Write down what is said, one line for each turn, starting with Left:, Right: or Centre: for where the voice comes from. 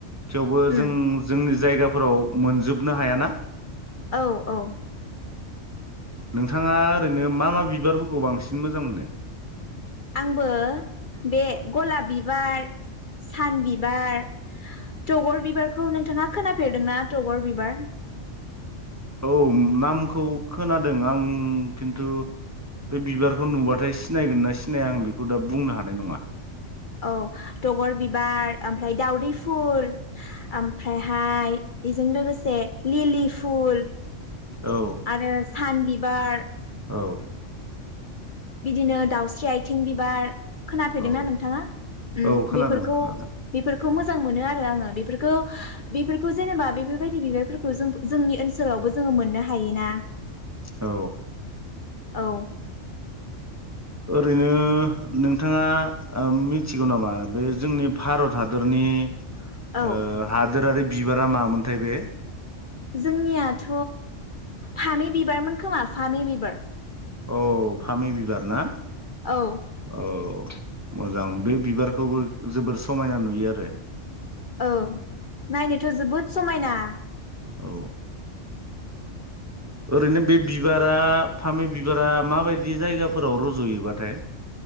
Right: थेवबो जों
Left: उम
Right: जोंनि जायगाफोराव मोनजोबनो हायाना?
Left: औ औ।
Right: नोंथाङा ओरैनो मा मा बिबारफोरखौ बांसिन मोजां मोनो?
Left: आंबो बे गलाब बिबार सान बिबार थगर बिबारखौ नोंथाङा खोनाफेरदोंना तगर बिबार?
Right: औ नामखौ खोनादों आं खिन्थु बे बिबारखौ नुबाथाय सिनायगोन ना सिनाया आं बेखौ दा बुंनो हानाय नङा।
Left: औ थगर बिबार ओमफ्राय दावदै फुल ओमफ्रायहाय बेजों लोगोसे लिलि फुल।
Right: औ
Left: आरो सान बिबार
Right: औ।
Left: बिदिनो दाउस्रि आथिं बिबार। खोनाफैदोंना
Right: औ
Left: नोंथाङा उम
Right: औ खोनादों
Left: बेफोरखौ
Right: खोनादों
Left: बेफोरखौ खौ मोजां मोनो आरो आङो बेफोरखौ बेफोरखौ जेनेबा बेफोरबायदि बिबारफोरखौ जों जोंनि ओनसोलावबो जोङो मोननो हायोना।
Right: औ।
Left: औ
Right: ओरैनो नोंथाङा ओ मिथिगौ नामा बे जोंनि भारत हादरनि ओ
Left: औ
Right: हादोरारि बिबारा मामोनथाय बे?
Left: जोंनियाथ फामि बिबारमोन खोमा फामि बिबार।
Right: औ फामि बिबार ना?
Left: औ
Right: औ। मोजां बे बिबारखौबो जोबोर समायना नुयो आरो।
Left: औ नायनोथ जोबोद समायना।
Right: औ। ओरैनो बे बिबारा फामि बिबारा माबायदि जायगाफोराव रजयोबाथाय?